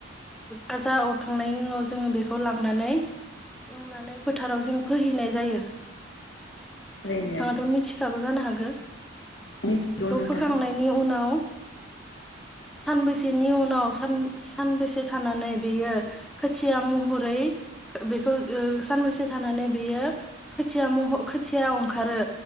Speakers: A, in the centre; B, on the left.
A: गाजा अरखांनायनि उनाव जोङो, बेखौ लांनानै एवनानै फोथाराव जों फोहैनाय जायो। नोंथाङाथ'
B: ओरैनो
A: मिथिखा बाय जानो हागौ।
B: मिथिगौ
A: बेखौ
B: नोंथां
A: बोखांनायनि उनाव सानबैसेनि उनावान सानबेसे थानानै बेयो खोथिया महरै बेखौ ओ सानबेसे थानानै बेयो खोथिया महर खोथिया ओंखारो।